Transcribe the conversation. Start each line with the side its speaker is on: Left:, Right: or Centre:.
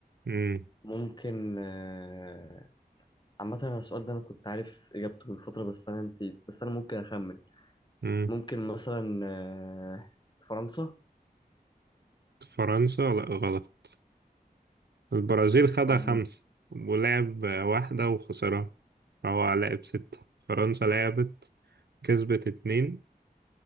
Right: مم.
Left: ممكن آه، عامة أنا السؤال ده أنا كنت عارف إجابته من فترة بس أنا نسيت بس أنا ممكن أخمن
Right: مم.
Left: ممكن مثلا آه، فرنسا
Right: فرنسا لا غلط البرازيل خدها
Left: طب
Right: خمسة ولعب واحدة وخسرها فهو لعب ستة فرنسا لعبت كسبت اتنين